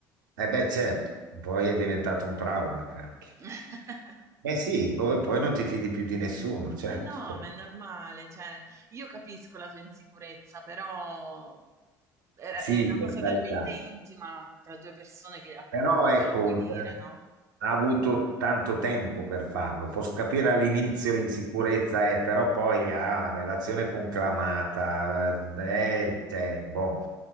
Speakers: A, on the right; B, on the right.
A: Eh beh, certo, poi è diventato un trauma, cacchio.
B: <laughs>
A: Eh sì, poi poi non ti fidi più di nessuno, certo.
B: Eh no,
A: certo.
B: ma è normale, cioè, io capisco la sua insicurezza, però era-
A: Sì,
B: è una
A: per
B: cosa
A: carità.
B: talmente intima tra due persone che a
A: Però
B: quel punto
A: ecco,
B: lo puoi dire,
A: eh,
B: no?
A: ha avuto tanto tempo per farlo. Posso capire
B: Sì,
A: all'inizio l'insicurezza, eh, però poi ha relazione conclamata. eh, cioè, boh,